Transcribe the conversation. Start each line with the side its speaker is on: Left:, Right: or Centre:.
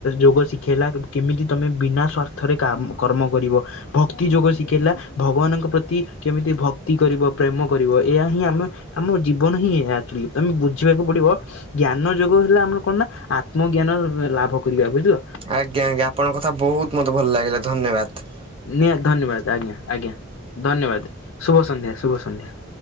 Left: ଯୋଗ ଶିଖେଇଲା କେମିତି ତମେ ବିନା ସ୍ୱାର୍ଥରେ କାମ କର୍ମ କରିବ। ଭକ୍ତି ଯୋଗ ଶିଖେଇଲା ଭଗବାନଙ୍କ ପ୍ରତି କେମିତି ଭକ୍ତି କରିବ ପ୍ରେମ କରିବ ଏଇଆ ହିଁ ଆ ମେ ଆମ ଜୀବନ ହିଁ ଏଇଆ ଥିଲୁ ତମେ ବୁଝିବାକୁ ପଡ଼ିବ ଜ୍ଞାନ ଯୋଗ ହେଲା ଆମର କଣ ନା ଆତ୍ମଜ୍ଞାନ ଲାଭ କରିବା ବୁଝିଲ?
Right: ଆଜ୍ଞା ଆଜ୍ଞା ଆପଣଙ୍କ କଥା ବହୁତ୍ ମତେ ଭଲଲାଗିଲା ଧନ୍ୟବାଦ୍।
Left: ନିହା ଧନ୍ୟବାଦ ଆଜ୍ଞା ଆଜ୍ଞା ଧନ୍ୟବାଦ ଶୁଭ ସନ୍ଧ୍ୟା ଶୁଭ ସନ୍ଧ୍ୟା।